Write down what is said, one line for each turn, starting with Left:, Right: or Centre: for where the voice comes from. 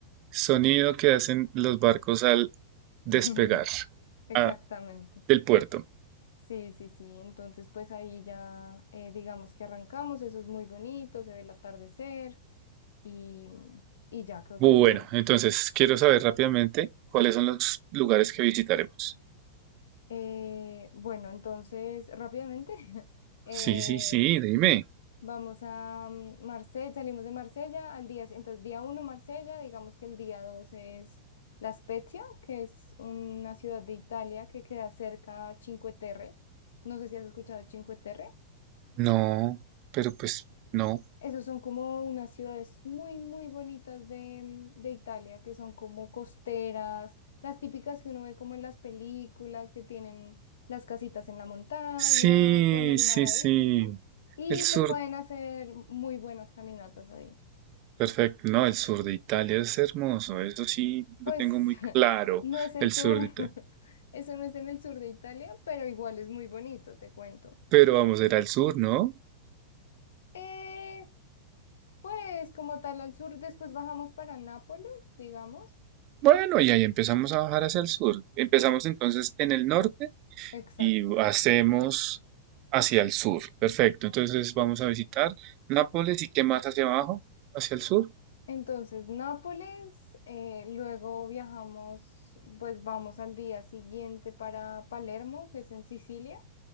Right: sonido que hacen los barcos al despegar
Left: <laughs> exactamente.
Right: ah, del puerto.
Left: Sí, sí, sí. Entonces, pues ahí ya, eh, digamos que arrancamos, eso es muy bonito, se ve el atardecer. y, y ya creo
Right: Bueno,
Left: que esos.
Right: entonces
Left: ujú.
Right: quiero saber rápidamente cuáles son los lugares que visitaremos.
Left: Eh, bueno, entonces rápidamente <laughs> eh,
Right: Sí, sí, sí, dime.
Left: vamos a mm, Marsella, salimos de Marsella al día, entonces día uno Marsella, digamos que el día 2 es La Spezia, que es una ciudad de Italia que queda cerca a Cinque Terre. No sé si has escuchado Cinque Terre.
Right: No, pero pues no.
Left: Esos son como unas ciudades muy, muy bonitas de, de Italia, que son como costeras, las típicas que uno ve como en las películas, que tienen las casitas en la montaña,
Right: Sí,
Left: con el
Right: sí,
Left: mar ahí.
Right: sí.
Left: ujú, Y
Right: El sur,
Left: se pueden hacer muy buenas caminatas ahí.
Right: perfecto. No, el sur de Italia es hermoso. Eso sí, lo
Left: Pues
Right: tengo muy claro.
Left: <laughs> no es el
Right: El
Left: sur,
Right: sur
Left: <laughs>
Right: de Italia.
Left: eso no es en el sur de Italia, pero igual es muy bonito, te cuento.
Right: Pero vamos a ir al sur, ¿no?
Left: Eh, pues como tal al sur, después bajamos para Nápoles, digamos.
Right: Bueno, y ahí empezamos a bajar hacia el sur. Empezamos entonces en el norte
Left: Exacto.
Right: y hacemos hacia el sur. Perfecto. Entonces vamos a visitar Nápoles y qué más hacia abajo, hacia el sur.
Left: Entonces, Nápoles, eh, luego viajamos, pues vamos al día siguiente para Palermo, que es en Sicilia.